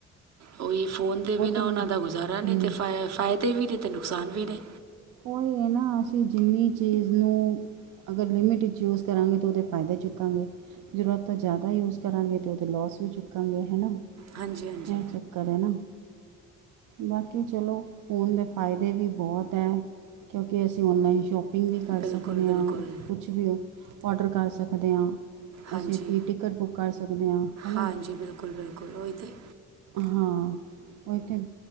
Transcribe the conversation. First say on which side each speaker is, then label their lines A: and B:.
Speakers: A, on the right (about 60°); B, on the right (about 80°).
A: ਉਹੀ ਫੋਨ ਦੇ ਬਿਨਾਂ
B: ਨੇ
A: ਉਹਨਾਂ ਦਾ ਗੁਜ਼ਾਰਾ ਨ‌ਈਂ
B: ਹੂੰ
A: ਤੇ ਫਾਇ ਫਾਇਦੇ ਵੀ ਨੇ ਤੇ ਨੁਕਸਾਨ ਵੀ ਨੇ।
B: ਉਈ ਐ ਨਾ ਅਸੀਂ ਜਿੰਨੀ ਚੀਜ਼ ਨੂੰ ਅਗਰ ਲਿਮਿਟ 'ਚ ਯੂਜ ਕਰਾਂਗੇ ਤੇ ਉਹਦੇ ਫਾਇਦੇ ਚੁੱਕਾਂਗੇ। ਜ਼ਰੂਰਤ ਤੋ ਜ਼ਿਆਦਾ ਯੂਸ ਕਰਾਂਗੇ ਤੇ ਉਹਦੇ ਲੋਸ ਵੀ ਚੁੱਕਾਂਗੇ ਹਨਾ।
A: ਹਾਂਜੀ ਹਾਂਜੀ
B: ਇਹ ਚੱਕਰ ਐ ਨਾ, ਬਾਕੀ ਚਲੋ ਫ਼ੋਨ ਦੇ ਫਾਇਦੇ ਵੀ ਬਹੁਤ ਐ। ਕਿਉਂਕਿ, ਅਸੀਂ ਔਨਲਾਈਨ ਸ਼ੋਪਿੰਗ ਵੀ ਕਰ
A: ਬਿਲਕੁਲ
B: ਸਕਦੇ
A: ਬਿਲਕੁਲ
B: ਆਂ। ਕੁਛ ਵੀ ਔਡਰ ਕਰ ਸਕਦੇ ਆਂ।
A: ਹਾਂਜੀ
B: ਅਸੀਂ ਅਪਣੀ ਟਿਕਟ ਬੁੱਕ ਕਰ ਸਕਦੇ ਆਂ, ਹੈਨਾ।
A: ਹਾਂਜੀ ਬਿਲਕੁਲ ਬਿਲਕੁਲ ਉਹੀ ਤੇ
B: ਹਾਂ, ਓ ਤੇ